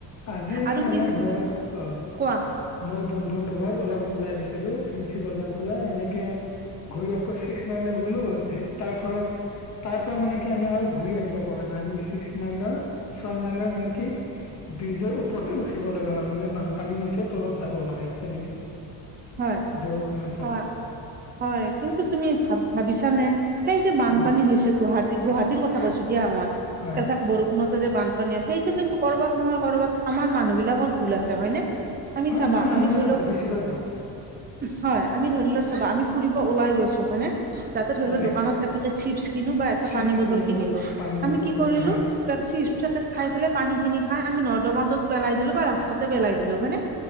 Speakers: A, on the left; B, on the right.
A: আজি
B: আৰু
A: মানে
B: কি
A: ধৰক অ,
B: কোৱা
A: মই বন্ধুৰ লগত অলপ ওলাই গৈছিলো ফেঞ্চি বজাৰ ফালে এনেকে, ঘূৰি আকৌ ছিক্স মাইলকলে গলো তাৰ ফলত, তাৰ পৰা মানে কি আমি আৰু ঘূৰি আহিব পৰা নাই আমি ছিক্স মাইলৰ ছয় মাইলৰ মানে কি, ব্ৰিজৰ ওপৰতে ৰখিব লগা হয়, মানে বানপানী হৈছে তলত যাব নোৱাৰি তেনেকে,
B: হয়
A: বৰষুণৰ ফলত
B: হয় হয় কিন্তু তুমি ভা ভাবিছানে, সেই যে বানপানী
A: অ
B: হৈছে গুৱাহাটী গুৱাহাটীৰ কথা কৈছো দিয়া মই
A: হয়
B: এজাক বৰষুণত, যে বানপানী হয় সেইটো কিন্তু কৰ'বাত নহয় কৰ'বাত আমাৰ মানুহ বিলাকৰ ভুল আছে হয় নে, আমি চাবা
A: আমাৰ মানুহৰে
B: আমি ধৰি লওক,
A: বেছিকৈ ভুল,
B: হয় আমি ধৰি লৈ চাবা আমি ফুৰিব ওলাই গৈছো হয়নে, যাতে ধৰি
A: হয়
B: লও দোকানত এটা পাকেট চিপছ কিনো বা এটা
A: চিপছ
B: পানী বটল কিনিলো
A: পানী
B: আমি
A: বটল
B: কি
A: কিনিলো
B: কৰিলো,
A: হয়
B: চিপ পেকেট খাইপেলে পানী খিনি খাই আমি নৰ্দমাটোত পেলাই দিলো বা ৰাস্তাতে পেলাই দিলো হয় নে,